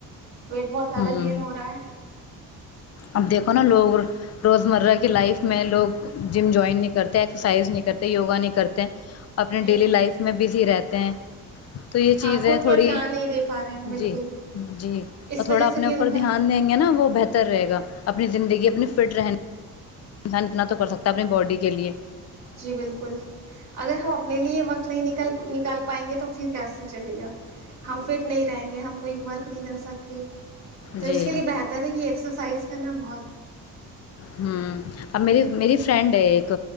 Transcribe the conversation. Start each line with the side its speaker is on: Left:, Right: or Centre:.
Right: ویٹ بہت زیادہ
Left: ہ
Right: گین ہو رہا ہے
Left: اب دیکھو نا لوگ روز مرہ کی لائف میں لوگ جم جوائن نہیں کرتے ایکسرسائز نہیں کرتے یوگا نہیں کرتے اپنی
Right: جی
Left: ڈیلی لائف
Right: جی
Left: میں بزی رہتے ہیں تو یہ
Right: ہاں
Left: چیزیں
Right: خود
Left: تھوڑی
Right: پر دھیان نہیں دے پا رہے ہیں بالکل
Left: جی جی
Right: اس
Left: اور تھوڑا
Right: وجہ
Left: اپنے
Right: سے بھی
Left: اوپر
Right: ان
Left: دھیان
Right: کا
Left: دیں گے نا وہ بہتر رہے گا اپنی زندگی اپنی فٹ رہنے انسان اتنا تو کر سکتا ہے اپنی باڈی کے لئے
Right: جی بالکل اگر ہم اپنے لیے یہ وقت نہیں نکل نکال پائیں گے تو پھر کیسے چلے گا ہم فٹ نہیں رہیں گے ہم کوئی ورک نہیں کر سکتے تو
Left: جی
Right: اس کے لیے بہتر ہے کہ ایسا سائز کرنات
Left: ہوں ا میری میری فرینڈ ہے ایک